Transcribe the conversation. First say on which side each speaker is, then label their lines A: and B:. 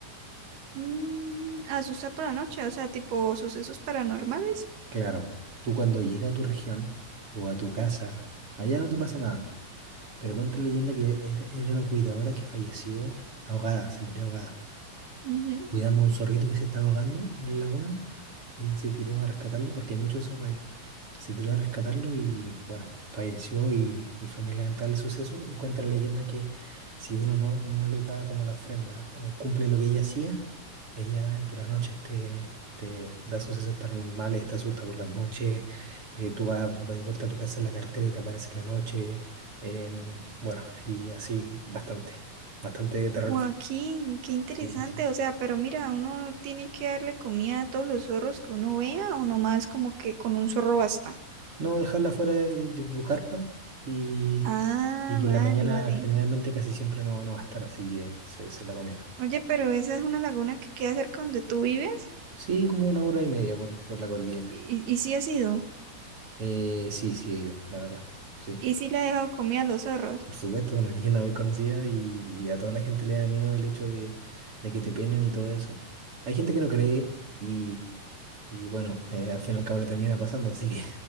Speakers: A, on the right; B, on the right.
A: Mm, asustar por la noche, o sea, tipo sucesos paranormales.
B: Claro, tú cuando llegas a tu región o a tu casa, allá no te pasa nada. Pero cuenta la leyenda que era era una cuidadora que falleció ahogada, se murió ahogada.
A: Ujú.
B: cuidando a un zorrito que se estaba ahogando en la laguna. Ella se tiró a rescatarlo porque hay muchos zorros allá. Se tiró a rescatarlo y bueno, falleció y, y fue muy lamentable el suceso. Y cuenta la leyenda que si uno no, no le da como la ofrenda o cumple lo que ella hacía, ella por la noche te, te da sucesos paranormales, te asusta por la noche, eh, tú vas de vuelta a tu casa en la carretera y te aparece en la noche. em, bueno, y así bastante, bastante terrorífico.
A: Joaquín, qué interesante,
B: Sí, sí, sí.
A: o sea, pero mira, uno tiene que darle comida a todos los zorros que uno vea o nomás como que con un zorro basta.
B: No, dejarla fuera de, de tu carpa y,
A: Ah,
B: y que en
A: vale,
B: la mañana
A: vale.
B: generalmente casi siempre no van a estar, así que se, se la comieron.
A: Oye, pero esa es una laguna que queda cerca donde tú vives.
B: Sí, como una hora y media por, por la cordillera.
A: Y, y sí ha sido.
B: Eh, sí, sí he ido, la verdad. Sí,
A: Y sí le ha dejado comida a los zorros.
B: por supuesto, una leyenda muy conocida y, y a toda la gente le da miedo el hecho de, de que te penen y todo eso. Hay gente que no cree y, y bueno, eh, al fin y al cabo le termina pasando, así que